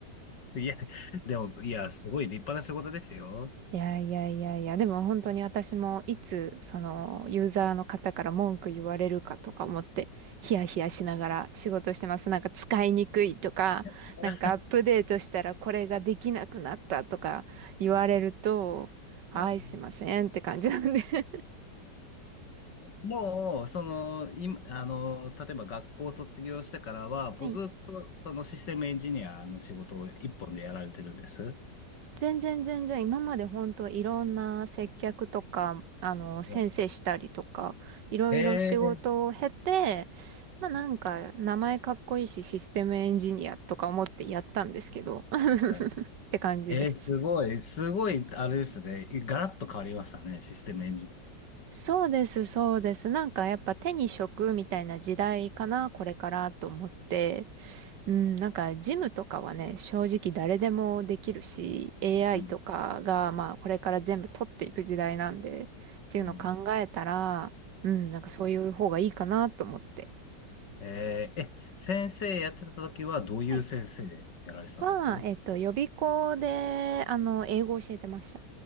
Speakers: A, on the left; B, on the right.
A: いや、でも、いや、すごい立派な仕事ですよ。
B: いやいやいやいや、でも本当に私もいつそのユーザーの方から文句言われるかとか思ってヒヤヒヤしながら仕事してます。なんか使いにくいとか、
A: <laughs>
B: なんかアップデートしたらこれができなくなったとか言われると、
A: うん
B: はい、
A: ええ
B: すいませんって感じなんで。<laughs>
A: もう、その、今、あの、例えば学校卒業してからは、もうずっと、
B: はい
A: そのシステムエンジニアの仕事を一本でやられてるんです。
B: 全然全然、今まで本当いろんな接客とか、あの、先生したりとか、
A: うん
B: いろいろ仕事を経て、
A: ええ
B: まあなんか、
A: う
B: 名前かっこいいし、システムエンジニアとか思ってやったんですけど、<laughs> って感じです。
A: んええすごい、すごい、あれですね。ガラッと変わりましたね、システムエンジニ
B: そうです、そうです。なんかやっぱ手に職みたいな時代かな、これからと思って。うん、なんかジムとかはね、正直誰でもできるし、AI
A: ア。うん。
B: とかがまあこれから全部取っていく時代なんで、っていうのを考えたら、
A: うん
B: うん、なんかそういう方がいいかなと思って。
A: えーえ、先生やってた時はどういう先生でやられてたんです
B: はいは、えっと、予備校で、あの、英語を教えてました。